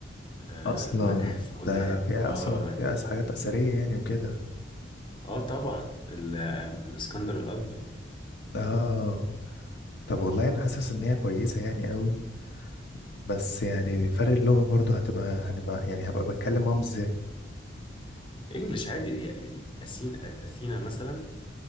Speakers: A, on the left; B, on the left.
A: آه،
B: اصلا
A: متاحف في كل
B: ده
A: اصلا حتة
B: فيها
A: اه
B: اثار
A: كمان
B: فيها
A: ما-
B: أس-
A: رائع.
B: حاجات اثريه يعني وكده
A: اه طبعا ال- آه، الاسكندر الأكبر
B: اه طب والله انا حاسس ان هي كويسه يعني قوي بس يعني فرق اللغه برضه هتبقى هنبقى يعني هبقى بتكلم معاهم ازاي
A: انجلش عادي يعني أثين أثينا مثلا